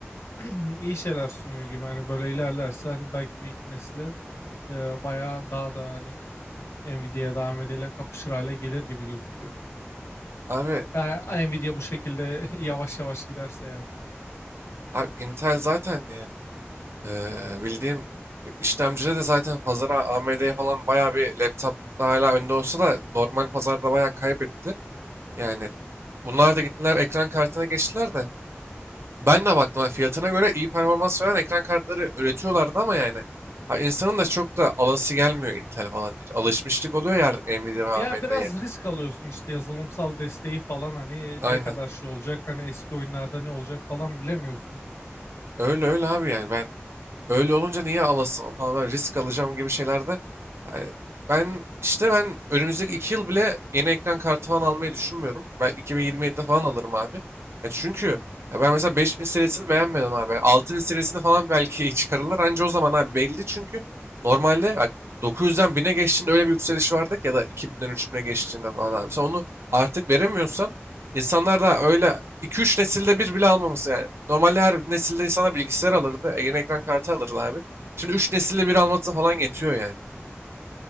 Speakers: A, on the left (about 80°); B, on the right (about 70°).
A: <clears throat> iyi şeyler sunuyor gibi hani böyle ilerlerse hani belki bir iki nesle e, bayağı daha da hani Nvidia'ya daha AMD'yle kapışır hale gelir gibi gözüküyor.
B: Abi
A: Ya Nvidia bu şekilde <laughs> yavaş yavaş giderse yani.
B: Abi Intel zaten yani eee, bildiğim işlemcide de zaten pazara AMD'ye falan bayağı bir laptopta hala önde olsa da normal pazarda bayağı kaybetti. Yani bunlar da gittiler ekran kartına geçtiler de ben de baktım ha, fiyatına göre iyi performans veren ekran kartları üretiyorlardı ama yani ha, insanın da çok da alası gelmiyor Intel falan diye. Alışmışlık oluyor ya artık Nvidia ve AMD'ye.
A: Ya biraz risk alıyorsun işte yazılımsal desteği falan hani
B: Aynen.
A: ne kadar şey olacak hani eski oyunlarda ne olacak falan bilemiyorsun.
B: Öyle öyle abi yani ben Öyle olunca niye alasın falan ben risk alacağım gibi şeylerde. Yani ben işte ben önümüzdeki iki yıl bile yeni ekran kartı falan almayı düşünmüyorum. Ben 2027'de falan alırım abi. Ya çünkü ya ben mesela 5000 serisini beğenmedim abi. 6000 serisini falan belki <laughs> iyi çıkarırlar. Anca o zaman abi belli çünkü normalde bak 900'den 1000'e geçtiğinde öyle bir yükseliş vardı ki ya da 2000'den 3000'e geçtiğinde falan abi. Sen onu artık veremiyorsan İnsanlar da öyle iki üç nesilde bir bile almaması yani. Normalde her nesilde insanlar bilgisayar alırdı. Yeni ekran kartı alırdı abi. Şimdi 3 nesilde bir alması falan yetiyor yani.